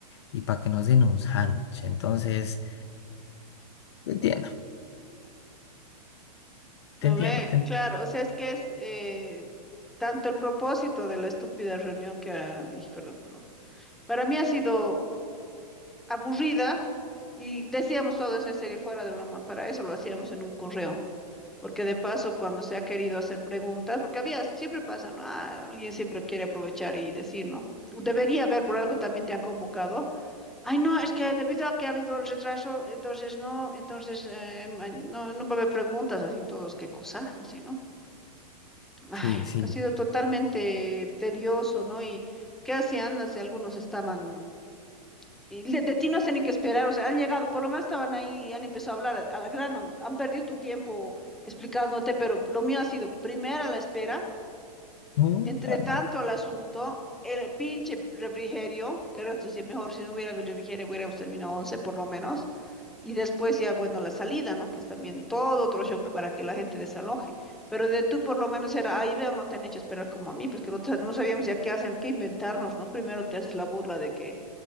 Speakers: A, on the left (about 40°); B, in the centre.
A: y para que nos den un sándwich. Entonces, te entiendo, te
B: no
A: entiendo,
B: ve,
A: te entiendo.
B: claro, o sea, es que es eh, tanto el propósito de la estúpida reunión que, ah, ay, perdón, no. Para mí ha sido aburrida y decíamos todo eso en serio, fuera de broma. Para eso lo hacíamos en un correo, porque de paso cuando se ha querido hacer preguntas, porque había, siempre pasa, ¿no? Ah, alguien siempre quiere aprovechar y decir, ¿no? Debería haber, por algo también te han convocado. Ay, no, es que debido a que ha habido el retraso, entonces no, entonces eh, ma- no, no va a haber preguntas, así todos, qué cosa, así, ¿no? Ay,
A: Sí,
B: es-
A: sí.
B: ha sido totalmente tedioso, ¿no? Y ¿qué hacían? Así, algunos estaban y de, de ti no sé ni qué esperar, o sea, han llegado, por lo menos estaban ahí, y han empezado a hablar a la grano, han, perdido tu tiempo explicándote, pero lo mío ha sido primera la espera,
A: No,
B: entre
A: ta-
B: tanto
A: no.
B: el asunto, el pinche refrigerio, que rato decía, mejor si no hubiera habido refrigerio hubiéramos terminado 11 por lo menos, y después ya, bueno, la salida, ¿no? Que es también todo otro show para que la gente desaloje, pero de tú por lo menos era, ahí veo, no te han hecho esperar como a mí, pues que no, te- no sabíamos ya qué hacen, qué inventarnos, ¿no? Primero te haces la burla de que